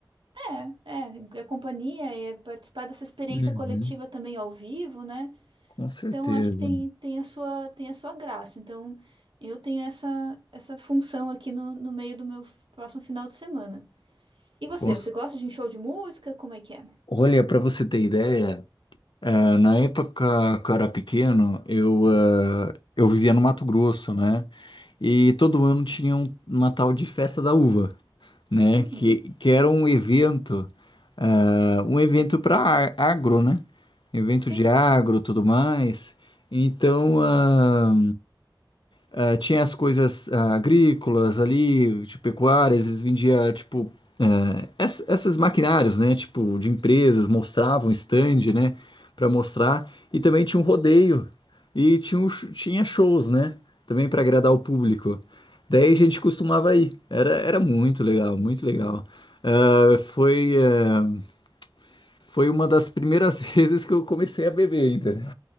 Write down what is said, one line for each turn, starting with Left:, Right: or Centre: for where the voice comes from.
Right: É, é, é companhia, é participar dessa experiência
Left: Uhum.
Right: coletiva também ao vivo, né?
Left: Com certeza.
Right: Então, eu acho que tem, tem a sua, tem a sua graça. Então, eu tenho essa, essa função aqui no, no meio do meu f- próximo final de semana. E você,
Left: Com
Right: você gosta de um show de música? Como é que é?
Left: Olha, para você ter ideia. É, na época que eu era pequeno, eu, eh, eu vivia no Mato Grosso, né? E todo ano tinha um- uma tal de Festa da Uva, né?
Right: Uhum.
Left: Que, que era um evento, eh, um evento para agro, né? Evento
Right: Sim.
Left: de agro, tudo mais. Então, ah, ah, tinha as coisas ah, agrícolas ali, de pecuárias, eles vendiam, tipo, eh, ess- essas maquinários, né? Tipo, de empresas, mostravam stand, né? Pra mostrar. E também tinha um rodeio. E tinha, um sh- tinha shows, né? Também pra agradar o público. Daí a gente costumava ir. Era, era muito legal, muito legal. Ah, foi, eh, foi uma das primeiras <laughs> vezes que eu comecei a beber, entendeu?